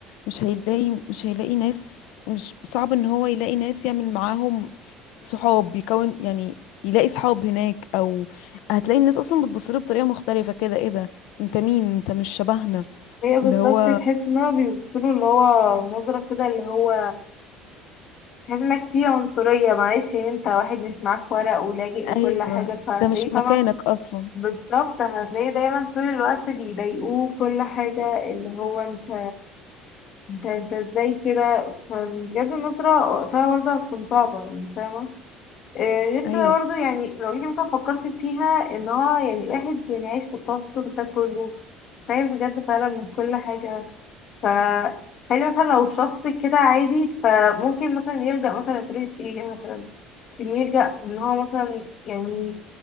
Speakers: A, on the left; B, on the left.
A: مش هيلاقي مش هيلاقي ناس مش صعب ان هو يلاقي ناس يعمل معاهم صحاب يكون يعني يلاقي صحاب هناك او هتلاقي الناس اصلا بتبصله بطريقة مختلفة كده ايه ده انت مين انت مش شبهنا
B: هي بالظبط
A: اللي هو
B: تحس ان هو بيبصله اللي هو نظرة كده اللي هو تحس انك فيه عنصرية معلش يعني انت واحد مش معاك ورق ولاجئ
A: ايوه
B: وكل حاجة فهتلاقيه
A: ده مش
B: طبعا
A: مكانك اصلا
B: بالظبط هتلاقيه دايما طول الوقت بيضايقوه كل حاجة اللي هو انت انت انت ازاي كده فبجد النظرة وقتها برضه هتكون صعبة يعني فاهمة آه، غير كده
A: ايوه
B: برضه يعني لو جيتي مثلا فكرت فيها ان هو يعني الواحد يعني عايش في التوتر ده كله خايف بجد فعلا من كل حاجة ف خلي مثلا لو شخص كده عادي فممكن مثلا يلجأ مثلا لطريقة ايه مثلا إن يلجأ ان هو مثلا يعني